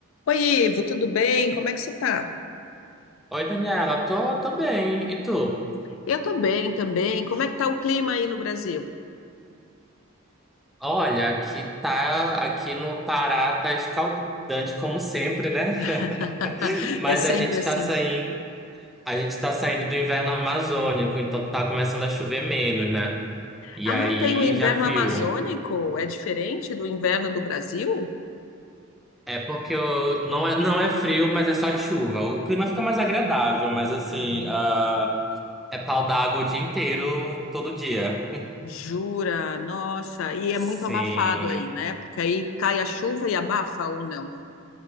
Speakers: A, on the left (about 70°); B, in the centre.
A: Oi, Ivo, tudo bem? Como é que você tá?
B: Oi, Daniela, tô, tô bem. E tu?
A: Eu tô bem também. Como é que tá o clima aí no Brasil?
B: Olha, aqui tá, aqui no Pará tá escaldante como sempre, né?
A: <laughs>
B: <laughs> Mas
A: É sempre
B: a gente
A: assim.
B: tá saindo, a gente tá saindo do inverno amazônico, então tá começando a chover menos, né? E
A: Ah,
B: aí
A: tem o inverno
B: já viu.
A: amazônico. É diferente do inverno do Brasil?
B: É porque eu- não é, não é frio, mas é só chuva. O clima fica mais agradável, mas assim,
A: Ah,
B: ah, é pau d'água o dia inteiro, todo dia.
A: jura? Nossa. E
B: <laughs> Sim.
A: é muito abafado aí, né? Porque aí cai a chuva e abafa ou não?